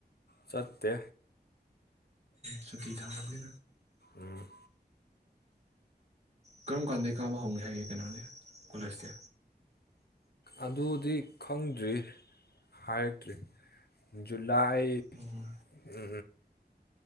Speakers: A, on the left; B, on the right.
A: ꯆꯠꯇꯦ
B: ꯁꯨꯛꯇꯈꯤ ꯊꯒꯦ
A: ꯎꯝ
B: ꯀꯔꯝ ꯀꯥꯟꯗꯒꯤ ꯀꯥꯕ ꯍꯧꯒꯦ ꯍꯥꯏꯒꯦ ꯀꯩꯅꯣꯅꯦ ꯀꯣꯂꯁꯁꯦ
A: ꯑꯗꯨꯗꯤ ꯈꯪꯗ꯭ꯔꯤ ꯍꯥꯏꯔꯛꯇ꯭ꯔꯤ ꯂꯩꯅꯥꯏ
B: ꯑꯣ
A: ꯎ